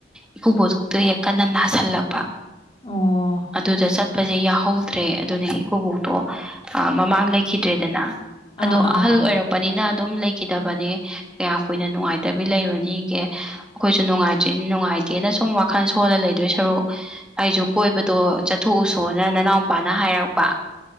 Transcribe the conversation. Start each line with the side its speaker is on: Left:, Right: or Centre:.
Centre: ꯏꯀꯨꯕꯣꯛꯇꯨ ꯍꯦꯛ ꯀꯟꯅ ꯅꯥꯁꯜꯂꯛꯄ꯫
Left: ꯑꯣ
Centre: ꯑꯗꯨꯗ ꯆꯠꯄꯁꯦ ꯌꯥꯍꯧꯗ꯭ꯔꯦ ꯑꯗꯨꯅꯦ ꯏꯀꯣꯕꯣꯛꯇꯣ ꯃꯃꯥꯡ ꯂꯩꯈꯤꯗ꯭ꯔꯦꯗꯅ꯫ ꯑꯗꯣ
Left: ꯑꯥ ꯑꯥ
Centre: ꯑꯍꯜ
Left: ꯑꯥ
Centre: ꯑꯣꯏꯔꯛꯄꯅꯤꯅ ꯑꯗꯨꯝ ꯂꯩꯈꯤꯗꯕꯅꯦ꯫ ꯀꯌꯥꯝ ꯀꯨꯏꯅ ꯅꯨꯡꯉꯥꯏꯇꯕꯤ ꯂꯩꯔꯨꯅꯤꯒꯦ꯫ ꯑꯈꯣꯏꯁꯨ ꯅꯨꯡꯉꯥꯏꯇ꯭ꯔꯤꯅꯤ ꯅꯨꯡꯉꯥꯏꯇꯦꯅ ꯁꯨꯝ ꯋꯥꯈꯜ ꯁꯣꯜꯂ ꯂꯩꯗꯣꯏ ꯁꯔꯨꯛ ꯑꯩꯁꯨ ꯀꯣꯏꯕꯗꯣ ꯆꯠ ꯊꯣꯛꯎꯁꯣꯅ ꯅꯅꯥꯎꯄꯥꯅ ꯍꯥꯏꯔꯛꯄ꯫